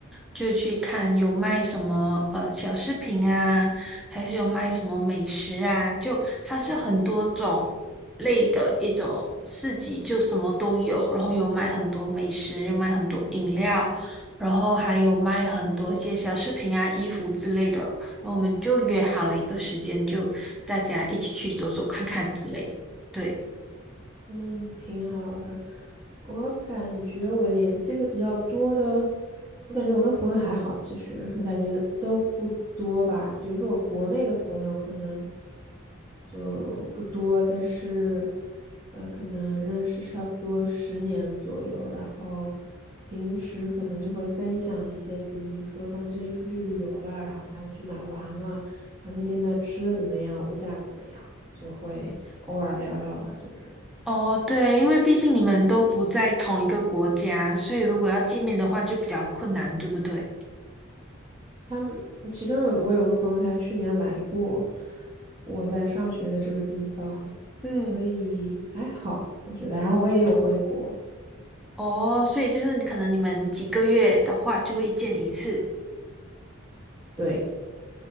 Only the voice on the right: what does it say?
嗯，挺好的。我感觉我联系的比较多的，我感觉我跟朋友还好，其实 <laughs> 感觉都不多吧。比如说我国内的朋友可能就不多，但是呃，可能认识差不多十年左右，然后平时可能就会分享一些，比如说他们最近出去旅游了，然后他们去哪儿玩了，然后那边的吃的怎么样，物价怎么样，就会偶尔聊聊吧，就是。
他们其中有我有个朋友，他去年来过我在上学的这个地方，
所以还好，我觉得。然后我也有回国，
对